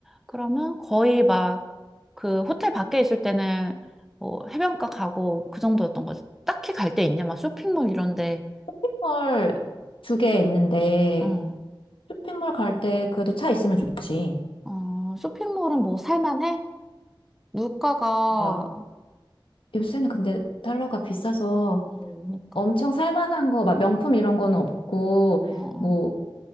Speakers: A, in the centre; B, on the left.
A: 그러면 거의 막 그 호텔 밖에 있을 때는 뭐 해변가 가고 그 정도였던 거지. 딱히 갈 데 있냐? 막 쇼핑몰 이런데.
B: 쇼핑몰 두 개 있는데,
A: 어,
B: 쇼핑몰 갈 때 그래도 차 있으면 좋지.
A: 어, 쇼핑몰은 뭐 살만해? 물가가,
B: 막, 요새는 근데 달러가 비싸서
A: 음, 그러니까.
B: 엄청 살만한 거, 막 명품 이런 거는 없고,
A: 어,
B: 뭐,